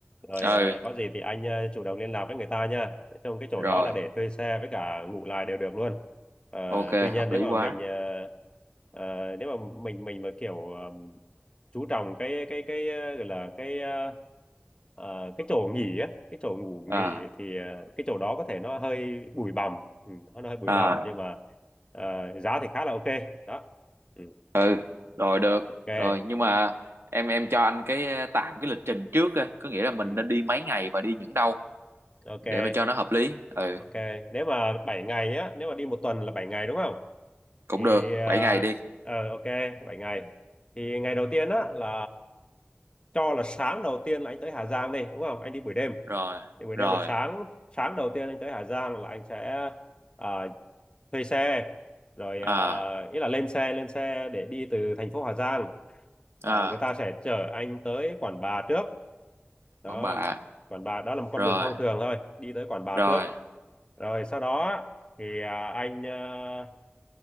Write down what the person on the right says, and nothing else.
ừ
rồi
ok
hợp
lý
quá
à
à
ừ rồi được
rồi nhưng mà em em cho anh cái ờ, tạm cái lịch trình trước á, có nghĩa là mình
nên đi mấy ngày và đi những đâu
để mà cho nó hợp lý ừ
cũng
được
7 ngày đi
rồi
rồi
à
à
quảng
bạ
rồi
rồi